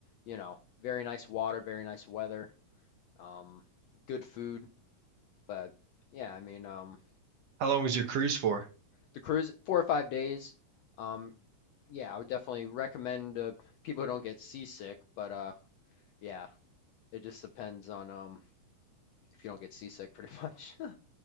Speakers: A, on the left; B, on the right.
A: you know, very nice water, very nice weather, um, good food. But yeah, I mean, um,
B: how long was your cruise for?
A: the cruise four or five days. Um, yeah, I would definitely recommend uh, people who don't get seasick, but uh, yeah, it just depends on um if you don't get seasick, pretty much. <laughs>